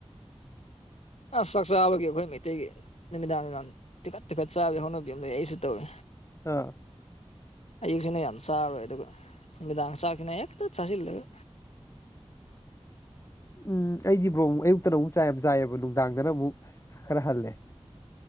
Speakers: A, on the left; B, on the left.
A: ꯑꯁ ꯆꯥꯛ ꯆꯥꯕꯒꯤ ꯑꯩꯈꯣꯏ ꯃꯩꯇꯩꯒꯤ ꯅꯨꯃꯤꯗꯥꯡꯌꯥꯝ ꯇꯤꯀꯠ ꯇꯤꯀꯠ ꯆꯥꯕꯤ ꯍꯧꯅꯕꯤ ꯑꯃ ꯂꯩꯌꯦ ꯑꯩꯁꯨ ꯇꯧꯋꯦ
B: ꯑꯥ
A: ꯑꯌꯨꯛꯁꯤꯅ ꯌꯥꯝ ꯆꯥꯔꯣꯏ ꯑꯗꯨꯒ ꯅꯨꯃꯤꯗꯥꯡ ꯆꯥꯛꯁꯤꯅ ꯍꯦꯛꯇ ꯆꯥꯁꯤꯜꯂꯒ
B: ꯎꯝ ꯑꯩꯗꯤ ꯕ꯭ꯔꯣ ꯑꯃꯨꯛ ꯑꯌꯨꯛꯇꯅꯃꯨꯛ ꯆꯥꯏ ꯌꯥꯝ ꯆꯥꯏꯑꯕ ꯅꯨꯡꯗꯥꯡꯗꯅ ꯑꯃꯨꯛ ꯈꯔ ꯍꯜꯂꯦ